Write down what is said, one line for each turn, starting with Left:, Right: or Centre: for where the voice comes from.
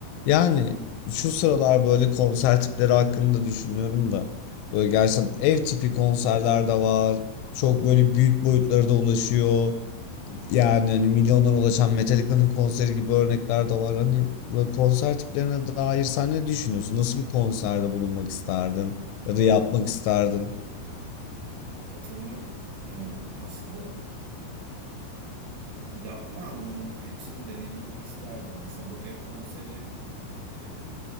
Left: Yani şu sıralar böyle konser tipleri hakkında düşünüyorum da böyle gerçekten ev tipi konserler de var. Çok böyle büyük boyutlara da ulaşıyor. Yani hani milyonlara ulaşan Metallica'nın konseri gibi örnekler de var. Hani böyle konser tiplerine dair sen ne düşünüyorsun? Nasıl bir konserde bulunmak isterdin ya da yapmak isterdin?
Right: Katılmak, eee, aslında yapma anlamında hepsini deneyimlemek isterdim. Mesela bu ev konseri, eee,